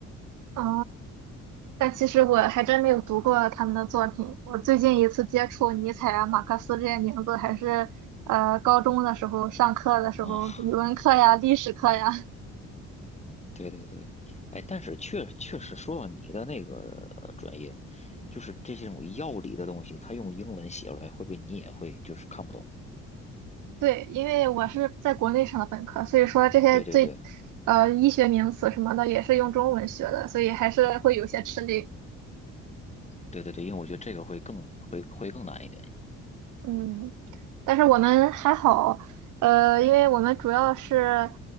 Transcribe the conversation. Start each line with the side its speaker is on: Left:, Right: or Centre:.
Right: 啊。但其实我还真没有读过他们的作品。我最近一次接触尼采啊、马克思这些名字，还是呃高中的时候上课的时候，
Left: 啊。<laughs>
Right: 语文课呀、历史课呀
Left: 对对对，哎，但是确确实说到你的那个呃专业，就是这些种药理的东西，它用英文写出来，会不会你也会就是看不懂？
Right: 对，因为我是在国内上的本科，所以说这些最，
Left: 对对对
Right: 呃，医学名词什么的也是用中文学的，所以还是会有些吃力。
Left: 对对对，因为我觉得这个会更会会更难一点
Right: 嗯，但是我们还好，呃，因为我们主要是，